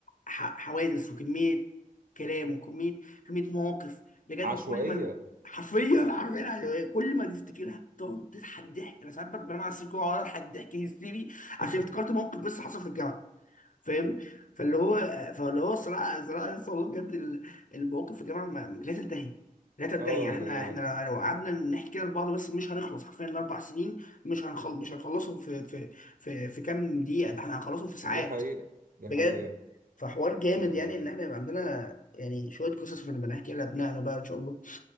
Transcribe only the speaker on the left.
ح- حوادث وكمية كلام وكمية كمية مواقف بجد
كل ما حرفيا حرفيا <laughs> حرفياً يعني إيه، كل ما تفتكرها بتقعد تضحك ضحك انا ساعات بت- بنام على السرير كده واقعد اضحك ضحك هيستيري عشان
افتكرت موقف بس حصل في الجامعة فاهم فاللي هو فاللي هو صراع صراع يس والله بجد ال- المواقف في الجامعة ما- لا تنتهي لا تنتهي
يعني احنا
احنا لو قعدنا نحكي كده لبعض بس مش هنخلص حرفيا الاربع سنين مش هنخل مش هنخلصهم في في في في كام دقيقة ده احنا هنخلصهم في ساعات
بجد
فحوار جامد
يعني ان احنا يبقى عندنا يعني شويه قصص بنبقى نحكي لابنائنا بقى ان شاء الله